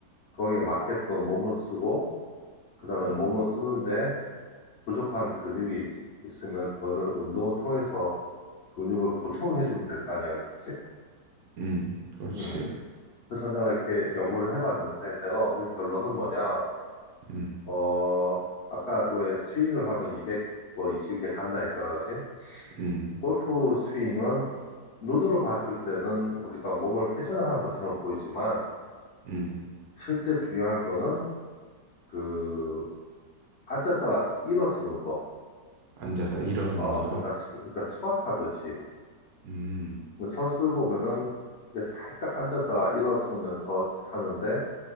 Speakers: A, on the left; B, on the right.
A: 거기에 맞게끔 몸을 쓰고 그다음에
B: 음,
A: 몸을 쓰는데 부족한 근육이 있, 있으면 그거를 운동을 통해서 근육을 보충해주면 될 거 아니야, 그치?
B: 음, 그렇지,
A: 음. 그래서 내가 이렇게 연구를 해봤는데, 내가 얻은 결론은 뭐냐,
B: 음,
A: 어, 아까 왜 스윙을 하면 200, 뭐 20개 간다 했잖아, 그치?
B: 음,
A: 골프 스윙은 눈으로 봤을 때는 우리가 몸을 회전하는 것처럼 보이지만,
B: 음,
A: 실제 중요한 거는 그, 앉았다가 일어서는 거.
B: 앉았다 일어서는
A: 어,
B: 거다.
A: 그러니까, 스, 그러니까 스쿼트 하듯이.
B: 음,
A: 선수들 보면은 이게 살짝 앉았다가 일어서면서 하는데,